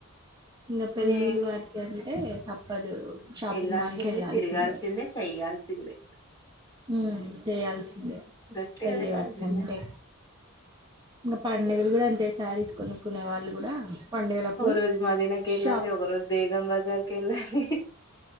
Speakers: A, on the right; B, on the left.
A: ఇంగ పెళ్ళిళ్ళు
B: నే
A: వాటికి అంటే తప్ పదు షాపింగ్
B: వెళ్లాల్సింది
A: మాల్ కెళ్ళాల్సిందే
B: తిరగాల్సిందే చెయ్యాల్సిందే
A: మ్మ్ చేయాల్సిందే
B: గట్టిగా
A: పెళ్ళి
B: చేయాల్సిందే
A: వాటికంటే ఇంక పండుగలు కూడ అంతే శారీస్ కొనుక్కునే వాళ్ళు కూడా పండుగలప్పుడు
B: ఒక రోజు మదీన కెళ్ళాలి
A: షాప్
B: ఒక రోజు బేగం బజార్ కెళ్ళాలి